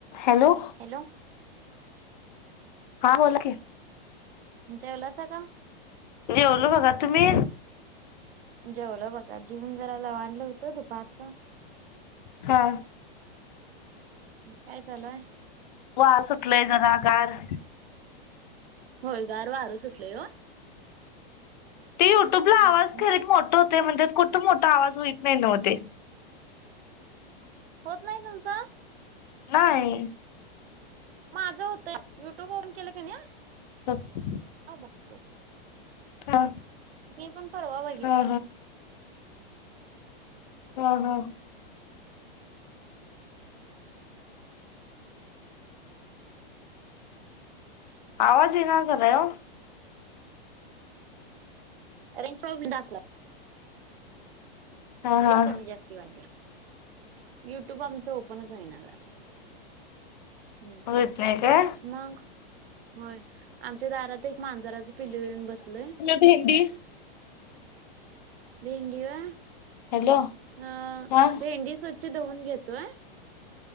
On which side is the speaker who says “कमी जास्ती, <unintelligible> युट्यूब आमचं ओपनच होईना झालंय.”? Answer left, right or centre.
Right